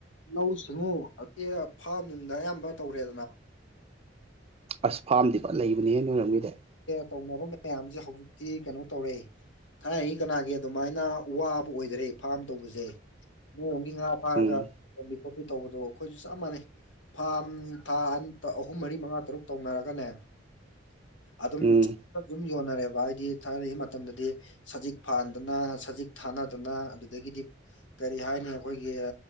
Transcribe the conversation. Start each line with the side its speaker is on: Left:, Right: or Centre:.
Left: ꯂꯧꯎ ꯁꯤꯡꯎ ꯑꯗꯒꯤ ꯐꯥꯝ ꯅꯨꯡꯗ ꯑꯌꯥꯝꯕ ꯇꯧꯔꯦꯗꯅ
Right: ꯑꯁ ꯐꯥꯝꯗꯤ ꯐꯖꯟ ꯂꯩꯕꯅꯤꯍꯦ ꯅ‌ꯣꯏꯔꯝꯒꯤꯗ‌ꯦ
Left: ꯇꯧꯅꯕ ꯃꯌꯥꯝꯁꯦ ꯍꯧꯖꯤꯛꯇꯤ ꯀꯩꯅꯣ ꯇꯧꯔꯦ ꯊꯥꯏꯅꯒꯤ ꯀꯅꯥꯒꯤ ꯑꯗꯨꯃꯥꯏꯅ ꯋꯥꯕ ꯑꯣꯏꯗꯔꯦ ꯐꯥꯝ ꯇꯧꯕꯁꯦ ꯅꯣꯏꫪꫭꯝꯒꯤ ꯉꯥ ꯐꯥꯔꯒ
Right: ꯎꯝ
Left: ꯌꯣꯟꯕꯤ ꯈꯣꯠꯄꯤ ꯇꯧꯕꯗꯣ ꯑꯩꯈꯣꯏꯁꯨ ꯆꯞ ꯃꯥꯟꯅꯩ ꯐꯥꯝ ꯊꯥ ꯑꯍꯨꯝ ꯃꯔꯤ ꯃꯉꯥ ꯇꯔꯨꯛ ꯇꯧꯅꯔꯒꯅꯦ ꯑꯗꯨꯝ
Right: ꯎꯝ
Left: ꯌꯣꯟꯅꯔꯦꯕ ꯍꯥꯏꯗꯤ ꯊꯥꯏꫪꯛ ꯃꯇꯝꯗꯨꯗꯤ ꯁꯖꯤꯛ ꯐꯟꯗꯅ ꯁꯖꯤꯛ ꯊꯥꯅꯗꯅ ꯑꯗꯨꯗꯒꯤꯗꯤ ꯀꯔꯤ ꯍꯥꯏꯅꯤ ꯑꯩꯈꯣꯏꯒꯤ